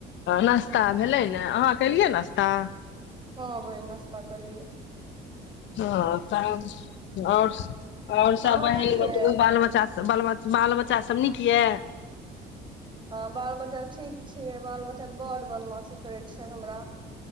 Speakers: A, on the left; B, on the right.
A: नास्ता भेलै ने अहाँ केलियै नास्ता
B: हँ बहिन नाश्ता केलियै
A: हँ तऽ आओर आओर आओर सब
B: अहाँ
A: बहिन
B: करलियै
A: बतबु बाल बच्चा सब बाल बच् बाल बच्चा सभ नीक या
B: हँ बाल बच्चा ठीक छै छियै बाल बच्चा बड्ड बदमाशी करैत छै हमरा